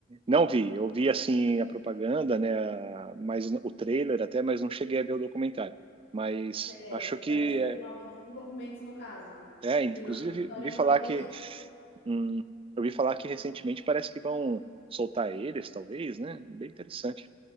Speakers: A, on the right; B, on the left.
A: Não vi, eu vi assim a propaganda, né? a- Mas o trailer até, mas não cheguei a ver o documentário. Mas
B: É,
A: acho que
B: parece que
A: é,
B: tem novos desenvolvimentos no caso.
A: é, inclusive
B: Que não- que a história
A: vi
B: não
A: falar
B: é bem.
A: que hum, eu vi falar que recentemente parece que vão soltar eles, talvez, né? Bem interessante.